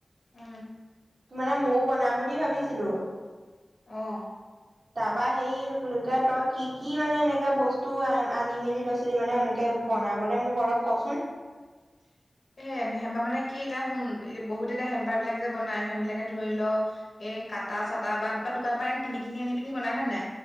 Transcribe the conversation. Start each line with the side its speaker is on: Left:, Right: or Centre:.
Left: উম
Right: তো মানে মইও বনাম বুলি ভাবিছিলো
Left: অহ
Right: তাৰপা সেই লোকে তই কি কি মানে এনেকাে বস্তু আনি মেলি লৈছিলি মানে এনেকে এইবোৰ বনাবলে মোক অলপ কচোন
Left: <inaudible> হে হেম্পা মানে কি এতিয়া শুন এতিয়া বহুত এতিয়া হেম্পাৰ বিলাক যে বনাই সিহন বিলাকে ধৰি ল এ এ কাটা-চাটা বা দোকানৰ পৰা এনে কিনি কিনি আনি পিনি বনাই হয় নে নাই।